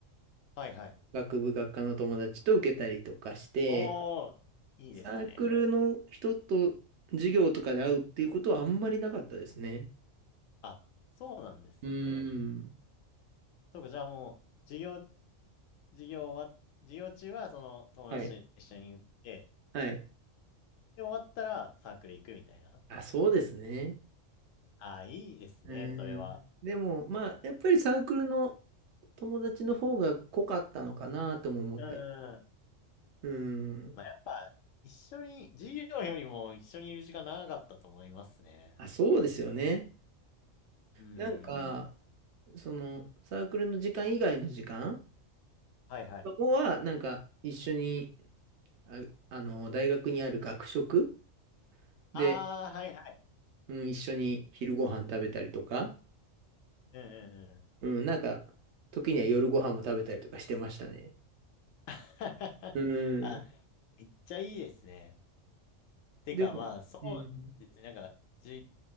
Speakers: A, on the left; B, on the right.
A: はいはい。
B: 学部学科の友達と受けたりとかして、
A: おー、いいですね。
B: サークルの人と授業とかで会うっていうことはあんまりなかったですね。
A: あ、そうなんですね。
B: うーん。
A: そうか、じゃあもう、授業、授業は、授業中はその友達と一緒に行って、
B: はい。はい。
A: で、終わったらサークル行くみたいな。
B: あ、そうですね。
A: ああ、いいですね、
B: うーん。
A: それは。
B: でも、まあ、やっぱりサークルの友達の方が濃かったのかなとも思ったり。
A: うん。
B: うーん。
A: まあ、やっぱ、一緒に、授業よりも一緒にいる時間長かったと思いますね。
B: あ、そうですよね。
A: うん。
B: なんか、その、サークルの時間以外の時間
A: はいはい。
B: は、なんか、一緒に、あ、あの、大学にある学食で、
A: ああ、はいはい。
B: うん、一緒に昼ご飯食べたりとか、
A: うんうんうん。
B: うん、なんか、時には夜ご飯も食べたりとかしてましたね。
A: <laughs>
B: う
A: あ、
B: ん。
A: めっちゃいいですね。てかまあ、
B: でも、
A: そ
B: うん。
A: うですね。なんか、じ、